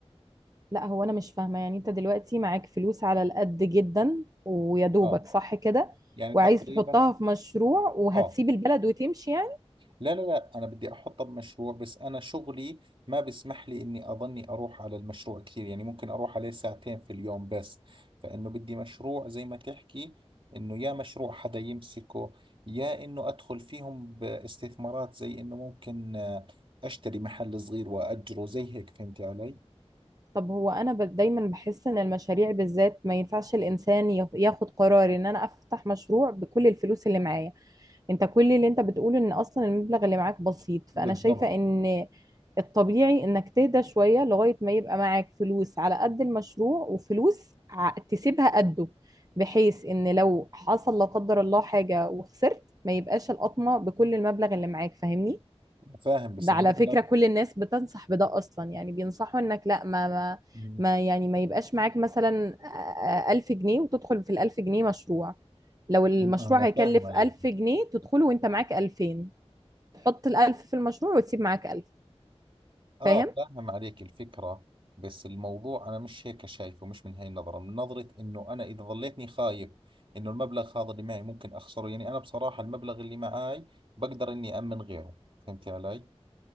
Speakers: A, on the right; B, on the right.
A: لا هو انا مش فاهمه يعني انت دلوقتي معاك فلوس على القد جدا ويا دوبك
B: آه
A: صح كده
B: يعني
A: وعايز
B: تقريبا
A: تحطها في مشروع وهتسيب
B: آه
A: البلد وتمشي يعني؟
B: لا لا لا أنا بدي أحطها بمشروع بس أنا شغلي ما بسمح لي إني أظني أروح على المشروع كثير يعني ممكن أروح عليه ساعتين في اليوم بس فإنه بدي مشروع زي ما تحكي إنه يا مشروع حدا يمسكه يا إنه أدخل فيهم باستثمارات زي إنه ممكن آه، أشتري محل صغير وأجره زي هيك فهمتي علي؟
A: طب هو انا ب- دايما بحس ان المشاريع بالذات ما ينفعش الانسان يف- ياخد قرار ان انا افتح مشروع بكل الفلوس اللي معايا انت كل اللي انت بتقوله ان اصلا المبلغ اللي معاك بسيط فانا
B: بالضبط
A: شايفة ان الطبيعي انك تهدى شوية لغاية ما يبقى معاك فلوس على قد المشروع وفلوس ع- تسيبها قده بحيث ان لو حصل لا قدر الله حاجة وخسرت ما يبقاش القطمة بكل المبلغ اللي معاك فاهمني
B: فاهم بس
A: ده
B: المبلغ
A: على فكرة كل الناس بتنصح بده أصلا يعني بينصحوا إنك لا ما ما,
B: مم.
A: ما يعني ما يبقاش معاك مثلا آه، ألف جنيه وتدخل في الألف جنيه مشروع لو المشروع
B: أنا
A: هيكلف
B: فاهم عليك
A: ألف جنيه تدخله وأنت معاك ألفين تحط الألف في المشروع وتسيب معاك ألف
B: اه
A: فاهم؟
B: فاهم عليك الفكرة بس الموضوع انا مش هيك شايفه مش من هاي النظرة من نظرة انه انا اذا ظليتني خايف انه المبلغ هذا اللي معي ممكن اخسره يعني انا بصراحة المبلغ اللي معي بقدر اني امن غيره فهمت علي